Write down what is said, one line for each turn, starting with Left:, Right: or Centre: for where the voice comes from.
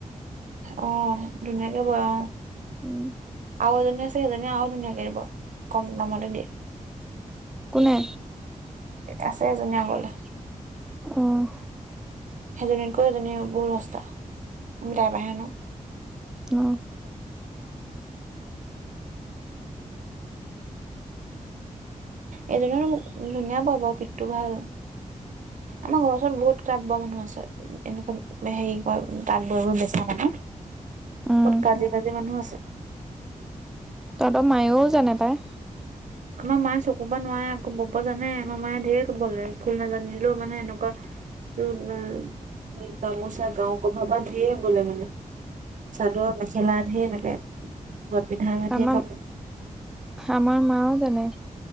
Right: অ ধুনীয়াকে বই অ
Centre: উম
Right: আউ এজনী আছে সেইজনীয়ে আউ ধুনীয়াকে দিব কম দামতে দিয়ে
Centre: কোনে
Right: আছে এজনী আগলে
Centre: উম
Right: সেইজনীকৈ এইজনী বহুত সস্তা আমি তাৰপাহে আনো
Centre: উম
Right: এইজনিয়ে নো মোক ধুনীয়া বয় বাও পিঠটো ভাল আমাৰ ঘৰ ওচৰত বহুত তাত বোৱা মানুহ আছে এনেকুৱা হেৰি কয় তাঁত বৈবৈ বেচা মানে
Centre: উম
Right: বত কাজি কাজি মানুহ আছে
Centre: তহঁতৰ মায়েও জানে পায়
Right: আমাৰ মায়ে চকু পা নোৱাই আক বব জানে আমাৰ মায়ে ঢেৰ বলে ফুল নাজানিলেও মানে এনেকুৱা উম উম সেই গামোচা গাও কভাৰ পা ধেই বলে মানে চাদৰ মেখেলা ধেই এনেকে ঘত পিন্ধা মতিয়ে
Centre: আমাৰ
Right: কাপোৰ
Centre: আমাৰ মাও জানে